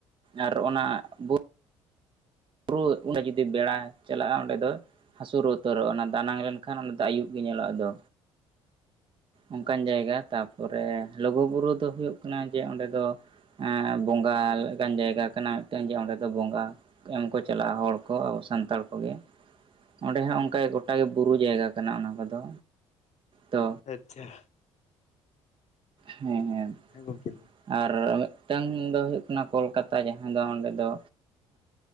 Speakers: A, on the right; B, on the left.
A: ᱟᱨ ᱚᱱᱟ ᱵᱩ ᱯᱩᱨ ᱚᱸᱰᱮ ᱡᱩᱫᱤ ᱵᱮᱲᱟ ᱪᱟᱞᱟᱜᱼᱟ ᱚᱸᱰᱮ ᱫᱚ ᱦᱟᱹᱥᱩᱨ ᱩᱛᱟᱹᱨᱚᱜᱼᱟ ᱚᱱᱟ ᱫᱟᱱᱟᱝ ᱞᱮᱱᱠᱷᱟᱱ ᱚᱱᱟ ᱫᱚ ᱟᱹᱭᱩᱵᱽ ᱜᱮ ᱧᱮᱞᱚᱜᱼᱟ ᱟᱫᱚ ᱚᱱᱠᱟᱱ
B: ᱟᱪᱪᱷᱟ
A: ᱡᱟᱭᱜᱟ ᱛᱟᱯᱚᱨᱮ ᱞᱩᱜᱩᱼᱵᱩᱨᱩ ᱫᱚ ᱦᱩᱭᱩᱜ ᱠᱟᱱᱟ ᱡᱮ ᱚᱸᱰᱮ ᱫᱚ ᱮᱸᱻ ᱵᱚᱸᱜᱟ ᱞᱮᱠᱟᱱ ᱡᱟᱭᱜᱟ ᱠᱟᱱᱟ ᱢᱤᱫᱴᱟᱝ ᱡᱮ ᱚᱸᱰᱮ ᱫᱚ ᱵᱚᱸᱜᱟ ᱮᱢ ᱠᱚ ᱪᱟᱞᱟᱜᱼᱟ ᱦᱚᱲ ᱠᱚ ᱟᱵᱚ ᱥᱟᱱᱛᱟᱲ ᱠᱚ ᱜᱮ ᱚᱸᱰᱮ ᱦᱚᱸ
B: ᱟᱪᱪᱷᱟ
A: ᱚᱱᱠᱟ ᱜᱮ ᱜᱚᱴᱟ ᱜᱮ ᱵᱩᱨᱩ ᱡᱟᱭᱜᱟ ᱠᱟᱱᱟ ᱚᱱᱟ ᱠᱚ ᱫᱚ ᱛᱚ
B: ᱟᱪᱪᱷᱟ ᱾
A: ᱦᱮᱸ ᱦᱮᱸ ᱾
B: ᱦᱮᱸ ᱜᱚᱝᱠᱮ ᱾
A: ᱟᱨ ᱢᱤᱫᱴᱟᱝ ᱫᱚ ᱦᱩᱭᱩᱜ ᱠᱟᱱᱟ ᱠᱚᱞᱠᱟᱛᱟ ᱡᱟᱦᱟᱸ ᱫᱚ ᱚᱸᱰᱮ ᱫᱚ